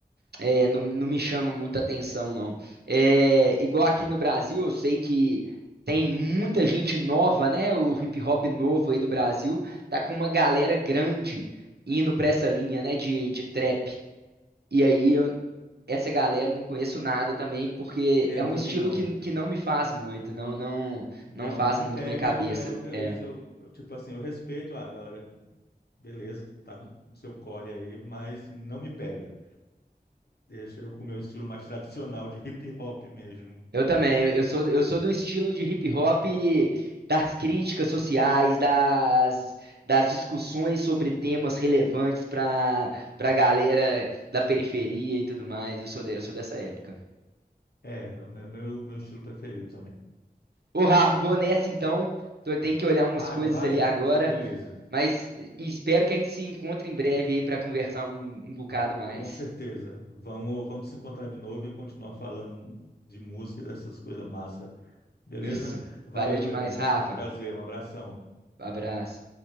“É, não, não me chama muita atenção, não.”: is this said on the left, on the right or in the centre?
Right